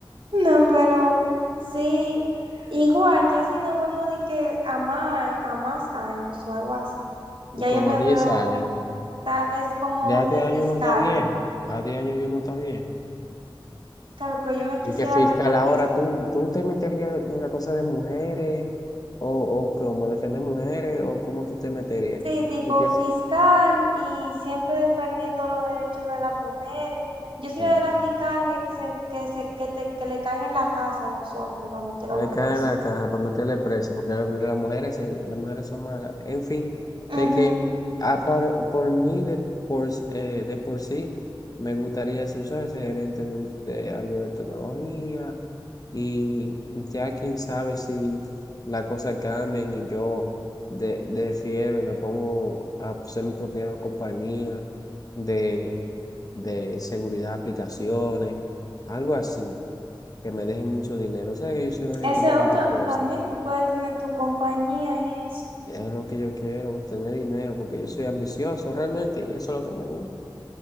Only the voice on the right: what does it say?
No, pero sí, igual, ya si nos vemos de que a más, a más años o algo así, ya
yo me
veo
tal vez como
de
fiscal.
Claro, pero yo me quisiera
ver de
fiscal.
Sí, tipo
fiscal y siempre defendiendo los derechos de las mujeres. Yo soy
la de las fiscales se- que, se, que, te- que le caen en la casa a los hombres para meterlos
presos.
Ujú.
Ese
otro
también, tú puedes tener tu compañía y eso.